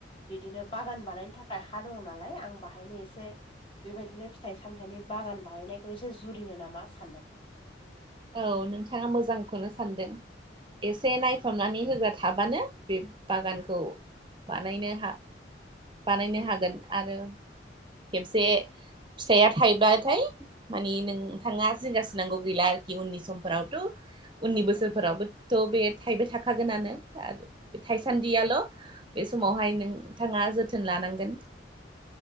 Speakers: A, on the left; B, on the right.
A: बिदिनो बागान बानायनो थाखाय हा दङ नालाय आं बाहायनो एसे बेबायदिनो फिथाइ-सामथाइनि बागान बाहायनायखौ एसे जुरिनो नामा सान्दों।
B: औ नोंथाङा मोजांखौनो सानदों। एसे नायफामनानै होग्रा थाबानो बे बागानखौ बानायनो हा बानायनो हागोन आरो खेबसे फिथाइया थाइब्लाथाय मानि नोंथाङा जिंगासिनांगौ गैला जिउनि समफोरावथ' उननि
A: नोंगौ
B: बोसोरफोरावबो थ' बे थाइबाय थाखागोनानो आ बे थाइसान्दियाल' बे समावहाय नोंथाङा जोथोन लानांगोन।